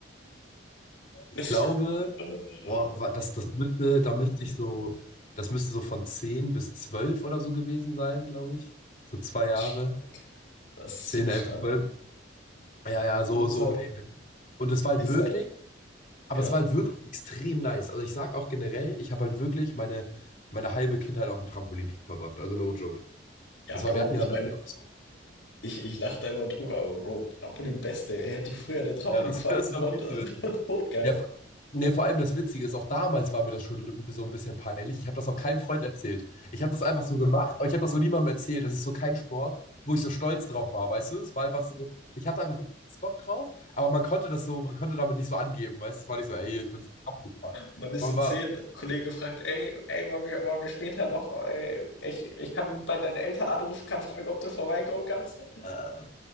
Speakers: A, on the left (about 40°); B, on the left (about 80°).
A: Ich
B: Äh,
A: glaube, boah, wa- das, das müsste, da müsste ich so, das müsste so von 10 bis 12 oder so gewesen sein, glaube ich. So zwei Jahre.
B: Stark. Das ist
A: zehn
B: so stark.
A: elf zwölf Ja, ja,
B: Real
A: so, so
B: Talk,
A: um den. Und es war
B: ich
A: halt wirklich.
B: sag,
A: Aber
B: ja.
A: es war halt wirklich extrem nice. Also ich sag auch generell, ich habe halt wirklich meine, meine halbe Kindheit auf dem Trampolin verbracht. Also no joke.
B: Ja,
A: Das
B: Bro,
A: war, wir hatten
B: ich
A: ja,
B: meine,
A: wir hatten ja, auch so-
B: ich, ich lache da immer drüber, aber Bro, Trampolin Beste, er hätte früher eine Trampolinverein
A: ja das, <laughs> das
B: gekonnt,
A: war viel
B: <laughs> das
A: zu witzig.
B: war totgeil.
A: Ja, vor- nee, vor allem das Witzige ist, auch damals war mir das schon so ein bisschen peinlich. Ich habe das auch keinem Freund erzählt. Ich habe das einfach so gemacht, aber ich habe das so niemandem erzählt. Das ist so kein Sport, wo ich so stolz drauf war, weißt du? Es war einfach so, ich hatte einfach Bock drauf, aber man konnte das so, man konnte damit nicht so angeben, weißt du? Es war nicht so, ey, ich bin so abgefallen.
B: Man ist
A: Man
B: so zehn,
A: war,
B: Kollege fragt, ey, ey, wollen wir, wollen wir später noch, ey, ich, ich kann bei deinen Eltern anrufen, kann fragen, ob du vorbeikommen kannst.
A: äh,